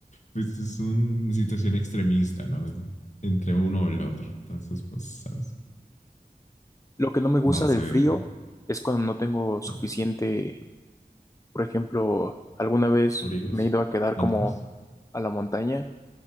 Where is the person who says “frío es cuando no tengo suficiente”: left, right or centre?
Left